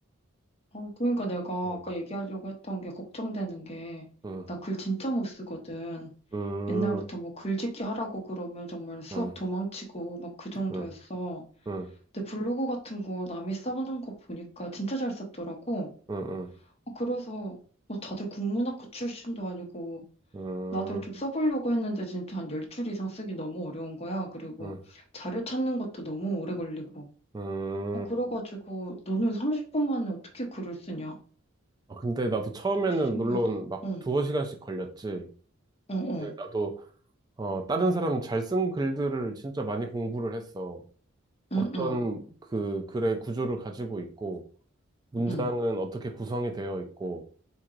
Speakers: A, on the left; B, on the right.
A: 어, 그러니까 내가
B: 응,
A: 아까 얘기하려고 했던 게 걱정되는 게,
B: 응,
A: 나 글 진짜 못 쓰거든.
B: 응,
A: 옛날부터 뭐 글짓기 하라고 그러면 정말 수업
B: 응,
A: 도망치고 막 그 정도였어.
B: 응, 응,
A: 근데 블로그 같은 거 남이 써놓은 거 보니까 진짜 잘 썼더라고.
B: 응,
A: 어, 그래서, 뭐 다들 국문학과 출신도 아니고,
B: 응,
A: 나도 좀 써보려고 했는데 진짜 한 열 줄 이상 쓰기 너무 어려운 거야. 그리고
B: 응,
A: 자료 찾는 것도 너무 오래 걸리고.
B: 응.
A: 어, 그래가지고 너는 30분 만에 어떻게 글을 쓰냐?
B: 아, 근데 나도 처음에는
A: 진짜 신기하다.
B: 물론 막
A: 응,
B: 두어 시간씩 걸렸지.
A: 어, 어,
B: 근데 나도, 어, 다른 사람 잘 쓴 글들을 진짜 많이 공부를 했어.
A: 응,
B: 어떤
A: 응,
B: 그 글의 구조를 가지고 있고, 문장은
A: 응,
B: 어떻게 구성이 되어 있고,